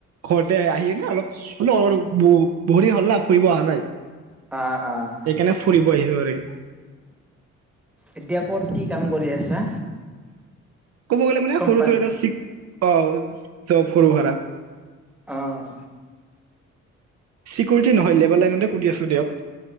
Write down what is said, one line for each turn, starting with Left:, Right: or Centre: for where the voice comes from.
Right: ঘৰতে আহি কেনে অলপ ব-বহুত দিন হ'লনা ফুৰিব আহা নাই।
Centre: অ', অ'।
Right: এইকেনে ফুৰিব <unintelligible>
Centre: এতিয়া ক'ত কি কাম কৰি আছা?
Right: ক'ব গ'লে মানে
Centre: কোম্পানী।
Right: সৰুকে এটা চিক পাওজ। চব সৰু ভাৰা।
Centre: অ',
Right: চিকৰেটি নহয় লেবাৰ লাইনতে কুদি আছো দিয়ক।